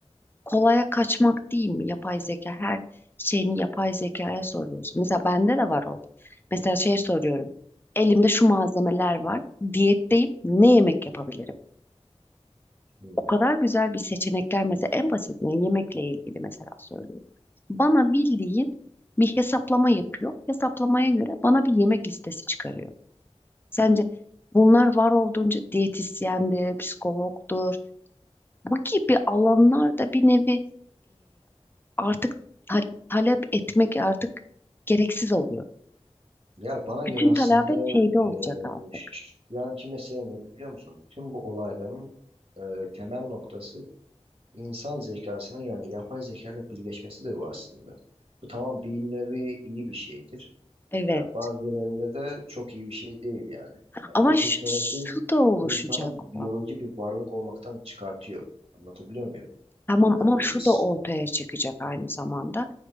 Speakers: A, on the left (about 20°); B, on the right (about 55°).
A: kolaya kaçmak değil mi? Yapay zeka her şeyini yapay zekaya soruyorsun. Mesela bende de var o. Mesela şey soruyorum. Elimde şu malzemeler var. Diyetteyim. Ne yemek yapabilirim?
B: Hmm.
A: O kadar güzel bir seçenekler mesela en basitinden yemekle ilgili mesela söylüyor. Bana bildiğin bir hesaplama yapıyor. Hesaplamaya göre bana bir yemek listesi çıkarıyor. Sence bunlar var olduğunca diyetisyendir, psikologdur. Bu gibi alanlarda bir nevi artık ta- talep etmek artık gereksiz oluyor.
B: Ya bana göre
A: Bütün
B: aslında
A: talabet şeyde olacak
B: e,
A: artık.
B: şu anki mesele ne biliyor musun? Tüm bu olayların e, temel noktası insan zekasının yani yapay zeka ile birleşmesidir bu aslında. Bu tamam bir nevi iyi bir şeydir.
A: Evet.
B: Ya bazı yerlerinde de çok iyi bir şey değil yani. Yani
A: Ama
B: bu teknoloji
A: ş- şu da oluşacak
B: insanı biyoloji
A: bak.
B: bir varlık olmaktan çıkartıyor. Anlatabiliyor muyum?
A: Tamam
B: Ya
A: ama
B: bu
A: şu
B: s-
A: da ortaya çıkacak aynı zamanda.